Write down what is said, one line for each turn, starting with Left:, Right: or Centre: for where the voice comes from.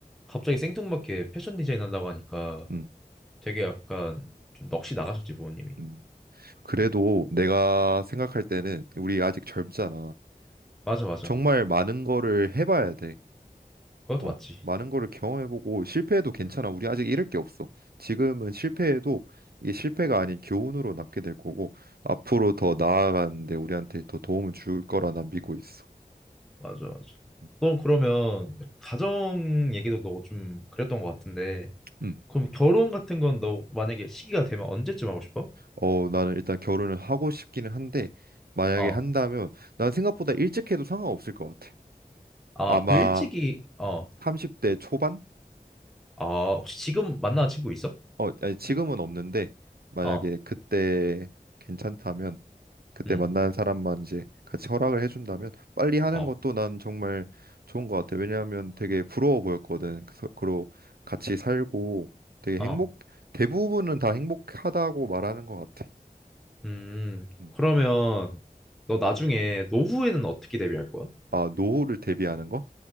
Centre: 갑자기 생뚱맞게 패션 디자인 한다고 하니까
Right: 음,
Centre: 되게 약간 좀 넋이 나가셨지 부모님이.
Right: 음. 그래도 내가 생각할 때는 우리 아직 젊잖아.
Centre: 맞아 맞아.
Right: 정말 많은 거를 해봐야 돼.
Centre: 그것도
Right: 어,
Centre: 맞지.
Right: 많은 거를 경험해보고 실패해도 괜찮아. 우리 아직 잃을 게 없어. 지금은 실패해도 이게 실패가 아닌 교훈으로 남게 될 거고 앞으로 더 나아가는데 우리한테 더 도움을 줄 거라 난 믿고 있어.
Centre: 맞아 맞아.
Right: 음.
Centre: 넌 그러면 가정 얘기도 너 좀 그랬던 것 같은데
Right: 음.
Centre: 그럼 결혼 같은 건 너 만약에 시기가 되면 언제쯤 하고 싶어?
Right: 어, 나는 일단 결혼을 하고 싶기는 한데 만약에
Centre: 어.
Right: 한다면 난 생각보다 일찍 해도 상관없을 것 같아.
Centre: 아,
Right: 아마
Centre: 그 일찍이 어.
Right: 30대 초반?
Centre: 아, 혹시 지금 만나는 친구 있어?
Right: 어, 아니, 지금은 없는데 만약에
Centre: 어.
Right: 그때 괜찮다면 그때
Centre: 응.
Right: 만나는 사람만 이제 같이 허락을 해준다면 빨리 하는
Centre: 어.
Right: 것도 난 정말 좋은 것 같아. 왜냐하면 되게 부러워 보였거든. 그래서 그 같이 살고 되게
Centre: 어.
Right: 행복 대부분은 다 행복하다고 말하는 것 같아.
Centre: 음,
Right: 음.
Centre: 그러면 너 나중에 노후에는 어떻게 대비할 거야?
Right: 아, 노후를 대비하는 거?